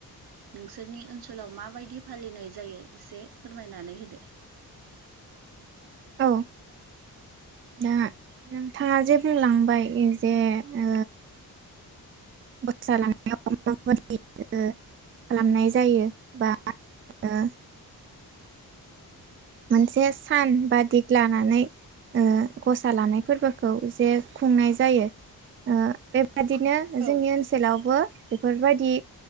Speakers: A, on the right (about 80°); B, on the right (about 35°).
A: नोंसोरनि ओनसोलाव माबायदि फालिनाय जायो एसे फोरमायनानै होदो। <inaudible>
B: औ दा नोंथाङा जे बुंलांबाय जे ओ <unintelligible> खालामनाय जायो बा ओ मोनसे सान बा दिग लानानै ओ गसा लानाय फोरबो खौ जे खुंनाय जायो ओ बेबादिनो
A: औ
B: जोंनि ओनसोलावबो बेफोरबायदि